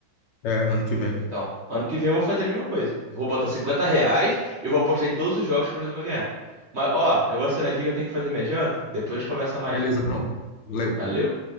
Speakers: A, on the left (about 75°); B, on the right (about 45°).
A: É, ano que vem.
B: Então, ano que vem eu vou fazer a mesma coisa. Vou botar 50 reais e vou apostar em todos os jogos que o Brasil vai ganhar. Mas, ó, eu vou saindo aqui que eu tenho que fazer minha janta. Depois a gente conversa mais.
A: Beleza, Bruno. Valeu.
B: Valeu.